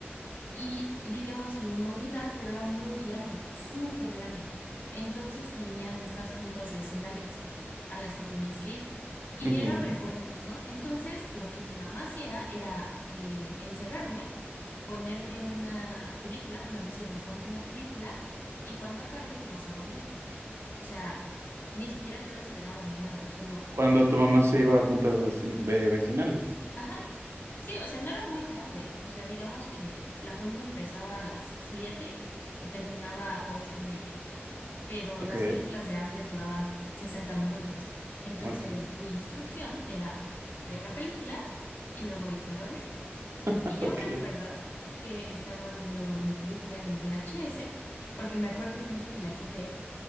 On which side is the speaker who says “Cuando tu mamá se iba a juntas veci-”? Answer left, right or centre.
Right